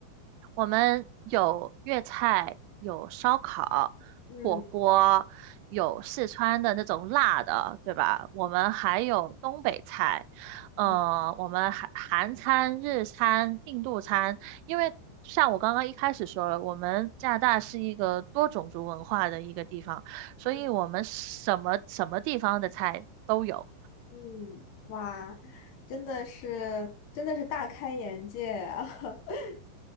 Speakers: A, on the right (about 85°); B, on the left (about 70°).
A: 我们有粤菜，有烧烤、
B: 嗯，
A: 火锅，有四川的那种辣的，对吧？我们还有东北菜，
B: <laughs>
A: 呃，
B: 嗯
A: 我们韩韩餐、日餐、印度餐。因为像我刚刚一开始说了，我们加拿大是一个多种族文化的一个地方，所以我们什么什么地方的菜都有。
B: 嗯，嗯哇，真的是真的是大开眼界啊！<laughs>